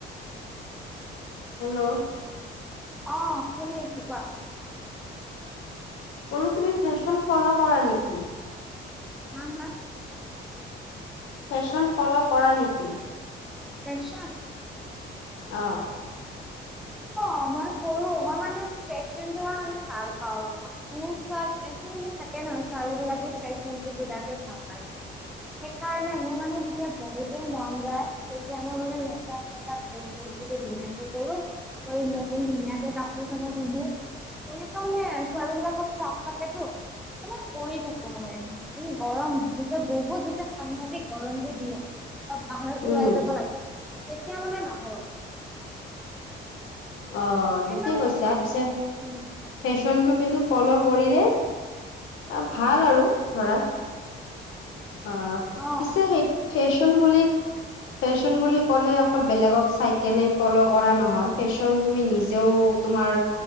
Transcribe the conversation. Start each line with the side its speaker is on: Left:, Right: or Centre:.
Left: হেল্ল।
Centre: অহ শুনি আছোঁ কোৱা।
Left: কলো তুমি ফেশ্বন ফলো' কৰা নেকি?
Centre: হা হা।
Left: ফেশ্বন ফলো কৰা নেকি?
Centre: ফেচন।
Left: অ।
Centre: অ মই কৰো মই মানে পন মই মানে ভাল পাওঁ মানে এইটো মানে। ন ফেন বিৰাতেই ভালপাই। সেইকাৰণে মোৰ মানে যেতিয়া বহুতেই মন যায় তেতিয়া মোৰ মানে মেকাপ-চেকাপ কৰো। কৰো আৰু ক ধুনীয়াকে কাপোৰ-চানো পিন্ধো। তেনেকুৱা মানে ছোৱালীবিলাকৰ চখ থাকেতো। অকমান পৰি থাকো মানে গৰম যেতিয়া বহুত বেছি সাংঘাতিক গৰমটো দিয়ে। অলপ বাহিৰত
Left: উম
Centre: ওলাই যাব লাগে তেতিয়া মানে নহয়।
Left: অ ঠিকে
Centre: এনে
Left: কৈছা পিছে
Centre: মোক
Left: ফেশ্বনটো কিন্তু ফল' কৰিলে। আহ ভাল আৰু ধৰা আহ
Centre: অ',
Left: পিছে সেইটো। ফেশ্বন বুলি ফেশ্বন বুলি ক'লে অকল বেলেগক চাই কেনে ফ'ল' কৰা নহয়। ফেশ্বন তুমি নিজেও তোমাৰ।